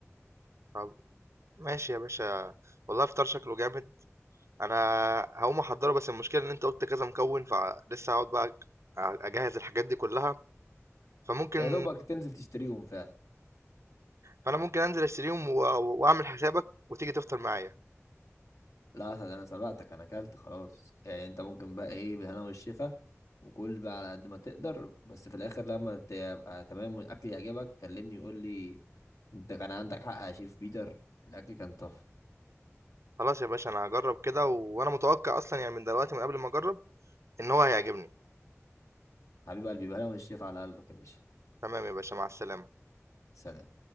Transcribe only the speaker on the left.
يا دوبك تنزل تشتريهم فعلا
لا أسد، انا سبقتك انا اكلت خلاص يعني انت ممكن بقى ايه بالهنا والشفا وكل بقى على قد ما تقدر بس في الاخر لما تبقى تمام والاكل يعجبك كلمني يقول لي انت كان عندك حق يا شيف بيتر الاكل كان تحفه
حبيب قلبي بالهنا والشفا على قلبك يا باشا
سلام